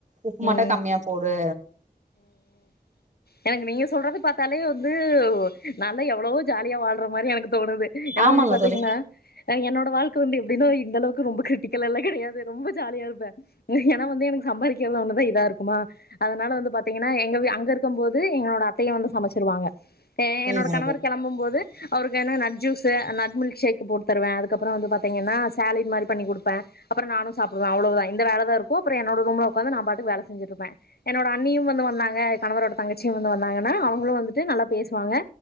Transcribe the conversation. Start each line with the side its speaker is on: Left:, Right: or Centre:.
Right: உப்பு மட்டூ
Left: ம்
Right: கம்மியா போடு
Left: எனக்கு நீங்க சொல்றது பாத்தாலே வந்து நா லாம் எவ்ளவோ ஜாலியா வாழ்ற மாரி எனக்கு தோணுது ஏனா
Right: ஆமாங்க
Left: வந்து பாத்தீங்கன்னா
Right: தோழி
Left: அ என்னோட வாழ்க்கை வந்து எப்டினா அந்தளவுக்கு ரொம்ப கிரிட்டிக்கலாலா கெடையாது ரொம்ப ஜாலியாருப்பே ஏனா வந்து எனக்கு சம்பாரிக் க்றது ஒன்னுதா இதா இருக்குமா அதனால வந்து பாத்தீங்கனா எங்க வெ அங்க இருக்கும் போது என்னோட அத்தையே வந்து சமச்சிருவாங்க இப்ப
Right: புரியுதுங்க
Left: என்னோட கணவர்
Right: தோழி
Left: கெளம்பும் போது அவருக்கு என்ன நட் ஜூஸு நட் மில்க்ஷேக்கு போட்டு தருவே அதுக்கப்ற வந்து பாத்தீங்கனா சேலடு மாரி பண்ணி குடுப்பே அப்பற நானு சாப்டுவே அவ்ளோதா இந்த வேலதா இருக்கு அப்ற என்னோட ரூம்ல உக்காந்து நா பாட்டுக்கு வேல செஞ்சிட்ருப்பே என்னோட அண்ணியு வந்து வந்தாங்க கணவரோட தங்கச்சியு வந்து வாந்தாங்கனா அவுங்களு வந்துட்டு நல்லா பேசுவாங்க